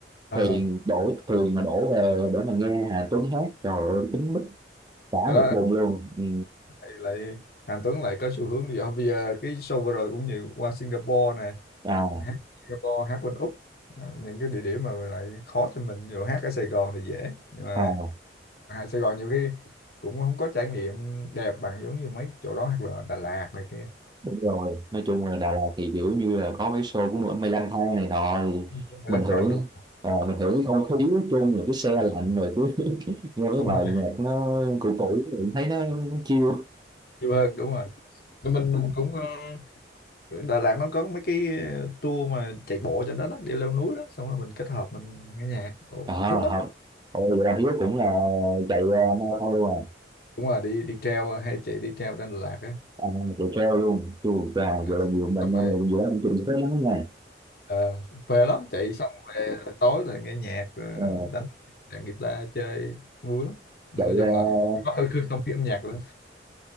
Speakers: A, on the left (about 55°); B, on the right (about 25°).
A: à,
B: thuyền đổ thuyền mà đổ về để mà nghe Hà Tuấn hát trời ơi kín mít cả
A: đó
B: một vùng luôn ừ.
A: lại lại Hà Tuấn lại có xu hướng đi học bây giờ cái show vừa rồi cũng nhiều qua Singapore nè
B: à,
A: hát Singapore hát bên Úc Ờ, những cái địa điểm mà lại khó cho mình rồi hát ở Sài Gòn thì dễ nhưng mà
B: à
A: hát Sài Gòn nhiều khi cũng không có trải nghiệm đẹp bằng giống như mấy chỗ đó hoặc là Đà Lạt này kia
B: đúng rồi nói chung là Đà Lạt thì kiểu như là có mấy show của Mười- Mây Lang Thang này nọ thì
A: Cũng là
B: mình
A: lang
B: hưởng
A: thang đúng
B: à, mình hưởng cái không khí nói chung rồi cái xe lạnh rồi cứ <laughs> nghe cái
A: đúng
B: bài
A: rồi
B: nhạc nó cũ cũ rồi thấy nó, nó chill
A: nhiều hơn đúng rồi mình mình cũng ờ, Đà Lạt nó có mấy cái ờ, tour mà chạy bộ trên đó đó đi leo núi đó xong rồi mình kết hợp mình nghe nhạc Ồ,
B: à
A: thích lắm
B: học Ôi, vậy là Hiếu cũng là chạy ờ, marathon luôn à,
A: đúng rồi đi đi treo hay chạy đi treo trên Đà Lạt á
B: à chạy trail luôn chứ à,
A: Ờ,
B: vậy là nhiều mình
A: xong rồi
B: em mình giữa anh chịu sức lắm nha
A: ờ, phê lắm chạy xong về tối là nghe nhạc ờ,
B: Ờ,
A: đánh đàn guitar chơi vui lắm nói
B: chạy
A: chung
B: uh,
A: là có hơi khư- không khí âm nhạc nữa